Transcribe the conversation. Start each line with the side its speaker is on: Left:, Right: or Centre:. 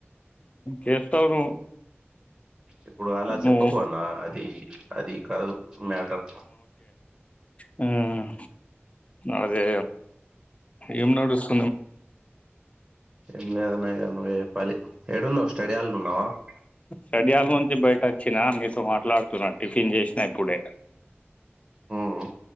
Left: చేస్తావు నువ్వు
Right: ఇప్పుడు అలా
Left: నువ్వు
Right: చెప్పుకు అన్నా అది అది కాదు మ్యాటర్
Left: హ్మ్ అదే ఏం నడుస్తూ
Right: ఏం లేదు అన్నయ్య మరి పలి ఏడున్నవ్ స్టడీ ఆల్ ఉన్నావా <inaudible>
Left: చడియాల నుంచి బయట వచ్చినా నీతో మాట్లాడుతున్నా టిఫిన్ చేసినా ఇప్పుడే
Right: హ్మ్